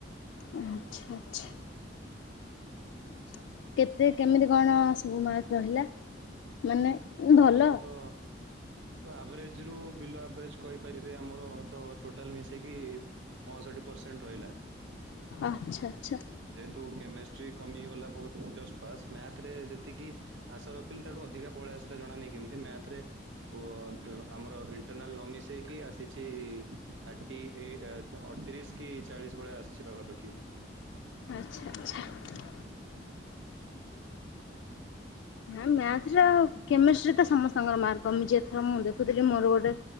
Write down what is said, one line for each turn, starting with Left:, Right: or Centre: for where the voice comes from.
Left: ଆଚ୍ଛା ଆଚ୍ଛା। ଛା କେତେ କେମିତି କଣ ସବୁ ମାର୍କ ରହିଲା ମାନେ ଭଲ
Right: ଆମର ତ ତ ଆଭରେଜ ରୁ ବିଲୋ ଆଭରେଜ କହିପାରିବେ ଆମର ତ ଟୋଟାଲ ମିଶେଇକି ପଁଷଠି ପରସେଣ୍ଟ ରହିଲା।
Left: ଆଚ୍ଛା ଆଚ୍ଛା।
Right: ଯେହେତୁ କେମେଷ୍ଟ୍ରି କମିଗଲା ବହୁତ୍ ଜଷ୍ଟ୍ ପାସ୍ ମ୍ୟାଥରେ ଯେତିକି ଆଶା ରଖିଥିଲି ତାଠୁ ଅଧିକା ପଳେଇ ଆସିଲା ଜଣାାନାହିଁ କେମିତି ମ୍ୟାଥରେ ଓ <unintelligible> ଆମର ଇଣ୍ଟରନାଲ ନ ମିଶେଇକି ଆସିଛି ଥାର୍ଟି ଏଇ ଅ ଅଠତିରିଶ କି ଚାଳିଶ ଭଳିଆ ଆସିଛି ପାଖାପାଖି
Left: ଆଚ୍ଛା ଆଚ୍ଛା। ନା ମ୍ୟାଥର କେମିଷ୍ଟ୍ରିରେ ତ ସମସ୍ତଙ୍କର ମାର୍କ କମିଛି ଏଥର ମୁଁ ଦେଖୁଥିଲି ମୋର ଗୋଟେ